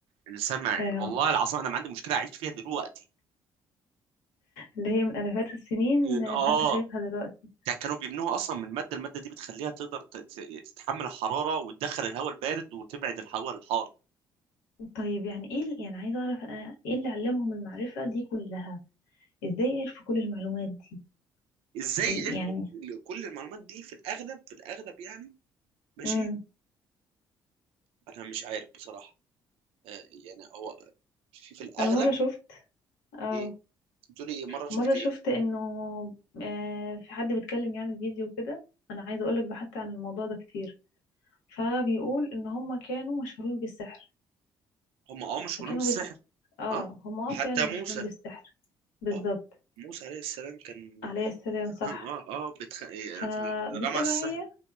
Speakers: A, on the right; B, on the left.
A: السمعي
B: اه
A: والله العظيم انا ما عندي مشكله اعيش فيها دلوقتي
B: اللي هي من آلافات السنين
A: ان
B: آه،
A: اه
B: فأنت شايفها دلوقتي
A: ده كانوا بيمنعوا اصلا من ماده الماده دي بتخليها تقدر ت- ت- تتحمل الحراره وتدخل الهواء البارد وتبعد الهواء الحار
B: طيب يعني إيه ال- يعني عايزة أعرف أنا إيه اللي علمهم المعرفة دي كلها إزاي عرفوا كل المعلومات دي
A: ازاي
B: ال-
A: عرفوا
B: يعني
A: كل المعلومات دي في الاغلب في الاغلب يعني ماشي
B: امم
A: انا مش عارف بصراحه آه يعني هو في, في الاغلب
B: أنا مرة شفت اه
A: ايه بتقولي ايه مره شفت
B: مرة شفت
A: ايه
B: انه آه، في حد بيتكلم يعني فيديو كده انا عايزة اقولك بحثت عن الموضوع ده كتير فبيقول ان هم كانوا مشهورين بالسحر
A: هم اه مشهورين
B: فكانوا
A: بالسحر
B: بي... اه
A: اه
B: هم اه فعلا
A: حتى
B: مشهورين
A: موسى
B: بالسحر بالظبط
A: اه موسى عليه السلام كان
B: عليه السلام صح
A: اه اه, آه بتخ... إيه،
B: فبالتبعية
A: في- رمى السحر